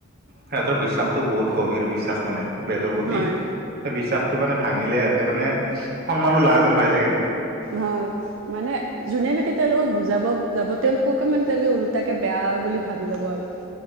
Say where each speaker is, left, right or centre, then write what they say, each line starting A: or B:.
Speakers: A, on the right; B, on the right.
A: সিহঁতৰ বিশ্বাসতটো বহুত গভীৰ বিশ্বাস মানে বেজৰ প্ৰতি
B: হয়
A: সেই বিশ্বাসতটো মানে ভাঙিলেহত ত মানে সন্মানো লাগা যেন পাই চাগে।
B: হয় মানে। যোনে লৈকে তেওঁলোকক বুজাব যাব তেওঁলোককে মানে তেওঁলোকে ওলোটাকে বেয়া বুলি ভাবি ল'ব আৰু।